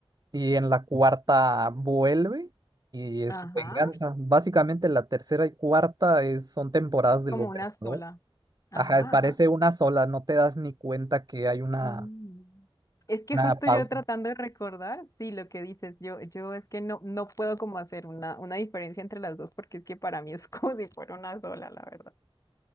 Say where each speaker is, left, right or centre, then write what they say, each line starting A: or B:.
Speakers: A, on the right; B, on the left.
A: y en la cuarta vuelve y es
B: Ajá,
A: su venganza. Básicamente la tercera y cuarta es- son temporadas del
B: como
A: gobernador.
B: una sola. Ajá,
A: Ajá, es- parece
B: ajá.
A: una sola, no te das ni cuenta que hay una,
B: Mm. Es que
A: una
B: justo
A: pausa.
B: yo tratando de recordar, sí, lo que dices, yo, yo es que no, no puedo como hacer una, una diferencia entre las dos porque es que para mí es <laughs> como si fuera una sola, la verdad.